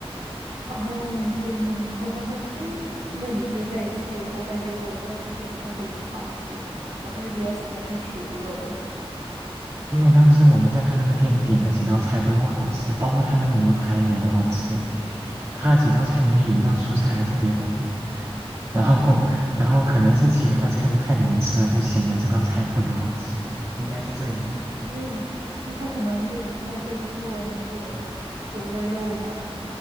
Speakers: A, on the right (about 80°); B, on the right (about 30°).
A: 哦，天呐，<laughs> 那你就再去吧。我感觉我应该是不太会去尝试的，我还是比较喜欢吃熟肉。
B: 因为当时我们在他那个店点了几道菜都不好吃，包括他那个牛排也不好吃，他几道菜里面有一道蔬菜还特别苦，然后 <laughs> 然后可能是其他的菜都太难吃了，就显得这道菜特别好吃，应该是这样，
A: 是这样，那他可能就不太会做那个
B: 嗯
A: 熟的肉嘛，